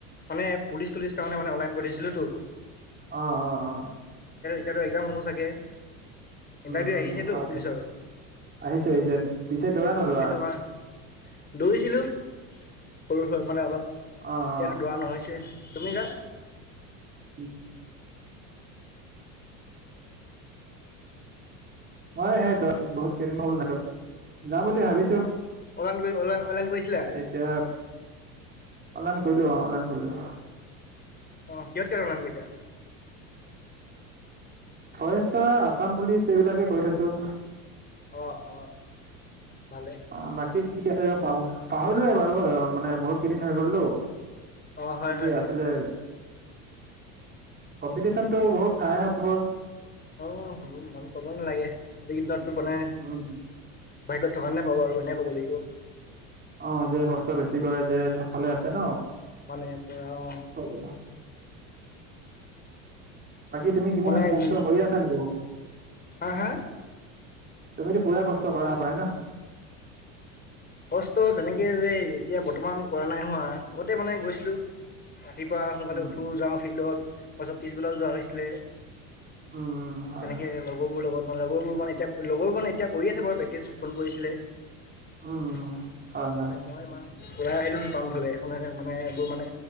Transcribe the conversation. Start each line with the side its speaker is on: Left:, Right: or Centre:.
Left: মানে পুলিচ চুলিচ কাৰণে মানে অনলাইন কৰিছিলোতো
Right: আহ অ অ।
Left: এতিয়াতো এক্জাম হ'ব চাগে? ইণ্টাৰভিউ
Right: উম উম
Left: আহিছেতো
Right: হয়
Left: পুলিচৰ,
Right: আহিছে আহিছে পিছে দৌৰা
Left: অ
Right: নদৌৰা
Left: সেইটো হয় দৌৰিছিলোঁ সৰু হৈ মানে অলপ ইয়াতে
Right: অ অ
Left: দৌৰা নহৈছে। তুমি জা?
Right: উম। মই সেই বহুত কেইদিন হল নাইজুৱা, যাম বুলি ভাবিছো।
Left: অনলাইন কৰি অনলাইন অনলাইন কৰিছিলা?
Right: এতিয়া অনলাইন কৰিলো অ অনলাইন কৰিলো।
Left: অ কিহত কিহত অনলাইন কৰিছা?
Right: ফৰেষ্টা আছাম পুলিচ এইবিলাকে কৰি থৈছো।
Left: আহ অ। ভালে
Right: অ বাকী কি কি আছে পাহৰিলোয়ে বাৰু মানে বহুত কেইদিন হৈ গলটো।
Left: অ' হয়
Right: কি
Left: হয়
Right: কি আছিলে? কম্পিটিশনতটো
Left: অ'
Right: বহুত খাই হ'ব।
Left: অ মানু ক'বই নালাগে আজিকেইদিনত টো মানে
Right: উম
Left: ভাইকত থকাৰ <unintelligible> পাব আৰু সেনেকে ক'ব লাগিব।
Right: অহ, যে কষ্ট বেছি কৰে যে চবফালে
Left: অ'
Right: আছে ন'
Left: মানে পুৰা অ'
Right: <unintelligible> বাকী তুমি কিমান
Left: মানে
Right: কষ্ট কৰি আছা নেকি?
Left: হা হা
Right: তুমিতো পুৰা কষ্ট কৰা হপাই ন?
Left: কষ্ট তেনেকে যে এতিয়া বৰ্তমান কৰা নাই হোৱা, আগতে মানে গৈছিলো। ৰাতিপুৱা সোনকালে
Right: উম
Left: উঠো যাওঁ ফিল্ডত তাৰপাছত পিছবেলাও যোৱা হৈছিলে।
Right: উম উম হয়
Left: তেনেকে
Right: হয়
Left: লগৰবোৰ লগত মানে লগৰবোৰ মানে এতিয়া লগৰবোৰ মানে এতিয়া কৰি আছে বাৰু প্ৰেক্টিচ ফুন কৰিছিলে।
Right: উম-
Left: অঁ
Right: উম, হয় -হয়।
Left: মানে মই ইমান ওলাই আহিলোঁ টাউনফালে এখন মানে এইবোৰ মানে